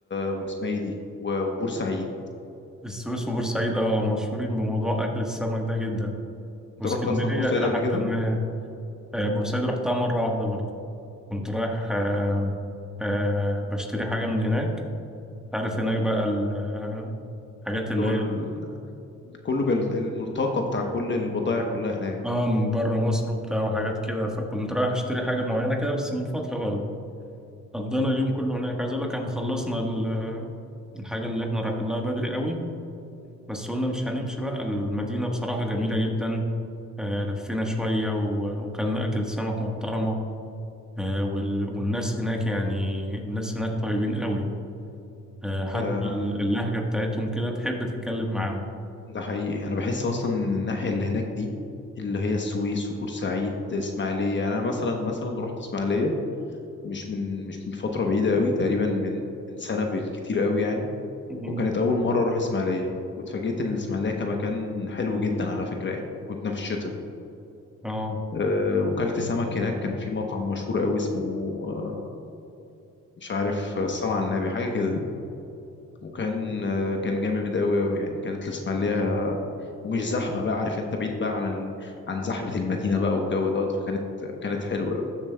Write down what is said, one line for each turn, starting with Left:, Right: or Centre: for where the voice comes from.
Left: واسمها ايه دي و- وبورسعيد
Centre: السويس وبورسعيد اه مشهورين بموضوع اكل السمك ده جدا
Left: انت
Centre: واسكندرية
Left: رحت اصلا بورسعيد
Centre: الى
Left: قبل
Centre: حد
Left: كده
Centre: ما يعني. آه، بورسعيد رحتها مرة واحدة برضه كنت رايح آه آه بشتري حاجة من هناك تعرف هناك بقى ال- آه، الحاجات
Left: اللي
Centre: اللي
Left: هو
Centre: هي
Left: ال- كله بال- الملتقى بتاع كل البضائع كلها هناك
Centre: اه من بره مصر وبتاع وحاجات كده فكنت رايح اشتري حاجه معينه كده بس من فتره برضه قضينا اليوم كله هناك عايز اقول لك احنا خلصنا ال- الحاجه اللي احنا رايحين لها بدري قوي بس قلنا مش هنمشي بقى المدينه بصراحه جميله جدا آه لفينا شويه و- وكلنا اكلة سمك محترمه آه وال- والناس هناك يعني الناس هناك طيبين قوي آه حتى
Left: آه،
Centre: اللهجه بتاعتهم كده تحب تتكلم معاهم
Left: ده حقيقي انا بحس اصلا إن الناحيه اللي هناك دي اللي هي السويس وبورسعيد اسماعيليه يعني انا مثلا مثلا رحت اسماعيليه مش من مش من فتره بعيده قوي تقريبا من من سنه بالكتير قوي يعني
Centre: مم.
Left: وكانت أول مرة أروح إسماعيلية واتفاجئت إن الإسماعيلية كمكان حلو جدا على فكرة يعني كنا في الشتاء
Centre: اه
Left: أه وكلت سمك هناك كان في مطعم مشهور أوي اسمه أه مش عارف آه، الصلاة على النبي حاجة كده وكان أه كان جامد أوي أوي يعني كانت الإسماعيلية ومش زحمة بقى عارف أنت بعيد بقى عن ال... عن زحمة المدينة بقى والجو دوت فكانت كانت حلوة أوي